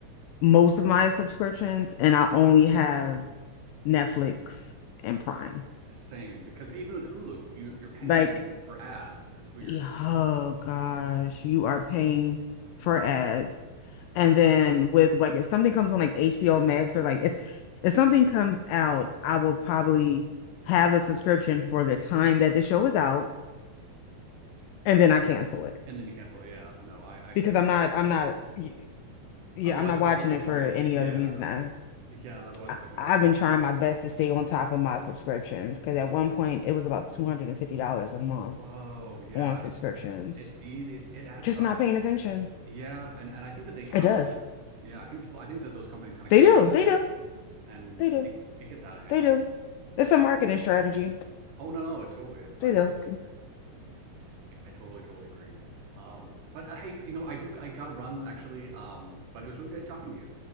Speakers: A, on the left; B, on the right.
A: most of my subscriptions and I only have Netflix and Prime.
B: same. Because even with Hulu, you you're paying
A: Like
B: for ads. It's weird,
A: Yeah, Oh gosh, you are paying for ads. And then with like if something comes on like HBO Max or like if if something comes out, I will probably have a subscription for the time that the show is out and then I cancel it
B: and then you cancel it. Yeah, no, I I totally.
A: because I'm not I'm not y- yeah,
B: Otherwise,
A: I'm not
B: it's
A: watching
B: like, what's the
A: it
B: point?
A: for any
B: Yeah,
A: other reason. I,
B: yeah. Otherwise,
A: I
B: it's like, what's
A: I've
B: the average?
A: been trying my best to stay on top of my subscriptions because at one point it was about $250 a month
B: Whoa, yeah.
A: on subscriptions.
B: It it's easy. It, it adds
A: Just
B: up.
A: not paying attention.
B: Yeah, and and I think that they count
A: It does.
B: on that. Yeah, I think people. I think that those companies kind of
A: They
B: count
A: do.
B: on that.
A: They do.
B: and
A: They do.
B: it, it gets out of hand.
A: They do.
B: It's yeah.
A: It's a marketing strategy.
B: Oh no, no, it totally is.
A: They
B: I
A: do.
B: totally agree. I totally totally agree. Um, but uh, hey, you know, I do. I got to run actually. Um, but it was really great talking to you.